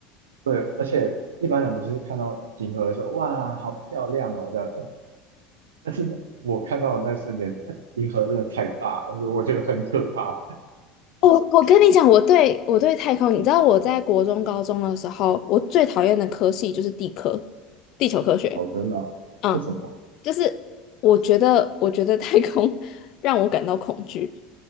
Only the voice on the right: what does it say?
对，而且一般人不是看到银河的时候哇好漂亮哦这样，但是我看到的那瞬间，哎银河真的太大了，所以我觉得很可怕。
哦，真的啊为什么？